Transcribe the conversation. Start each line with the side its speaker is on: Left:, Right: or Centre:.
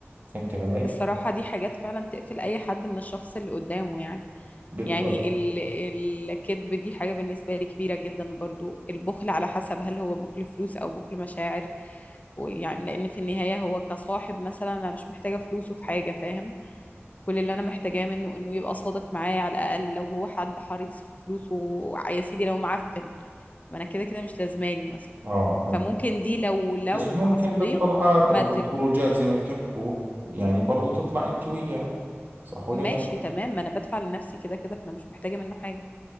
Right: فهمت علي
Left: الصراحة دي حاجات فعلا تقفل أي حد من الشخص اللي قدامه يعني
Right: بالضبط
Left: يعني ال- الكذب دي حاجة بالنسبة لي كبيرة جدا برضو البخل على حسب هل هو بخل فلوس أو بخل مشاعر ويعني لأن في النهاية هو كصاحب مثلا أنا مش محتاجة فلوسه في حاجة فاهم كل اللي أنا محتاجاه منه إنه يبقى صادق معايا على الأقل لو هو حد حريص في فلوسه يا سيدي لو معفن ما أنا كده كده مش لازماني مثلا
Right: اه فهمت
Left: فممكن دي لو لو
Right: بس ممكن
Left: مع صديق
Right: بالطلعات
Left: ما
Right: أو
Left: ت...
Right: بالخروجات زي ما بتحكوا يعني برضو تطلع أنت وياه صح ولا
Left: ماشي
Right: لا؟
Left: تمام ما أنا بدفع لنفسي كده كده فأنا مش محتاجة منه حاجة